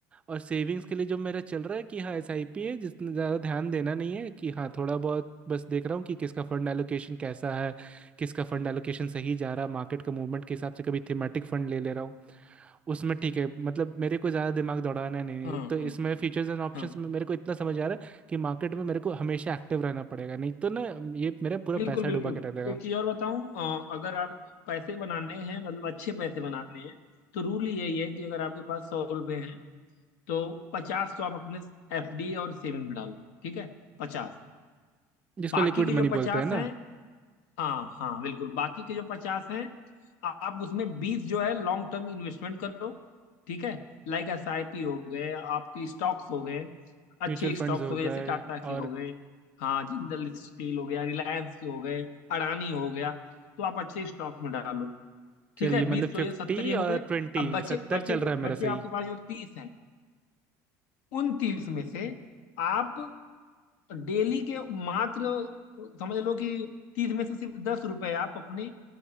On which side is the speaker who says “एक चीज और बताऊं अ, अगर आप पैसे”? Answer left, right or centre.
Left